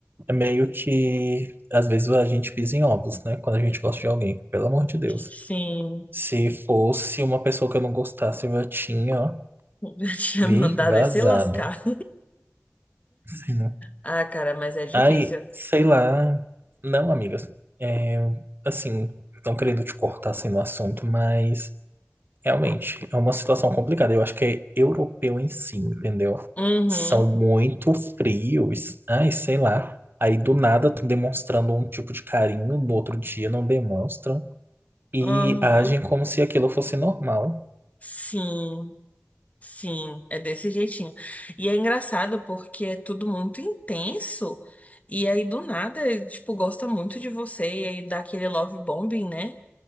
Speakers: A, on the right; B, on the left.
A: É meio que às vezes a gente pisa em ovos, né? Quando a gente gosta de alguém, pelo amor de Deus.
B: Sim,
A: Se fosse uma pessoa que eu não gostasse, eu já tinha
B: <laughs> eu tinha
A: me
B: mandado
A: vazado.
B: ele se lascar.
A: Assim, né?
B: Ah, cara, mas é difícil.
A: Aí, sei lá. Não, amigas. É, assim, não querendo te cortar assim no assunto, mas Realmente, é uma situação complicada. Eu acho que é europeu em si, entendeu?
B: Uhum,
A: São muito frios. Ai, sei lá. Aí do nada estão demonstrando um tipo de carinho, no outro dia não demonstram e
B: uhum.
A: agem como se aquilo fosse normal.
B: Sim, sim, é desse jeitinho. E é engraçado porque é tudo muito intenso. E aí, do nada, ele, tipo, gosta muito de você. E aí dá aquele love bombing, né?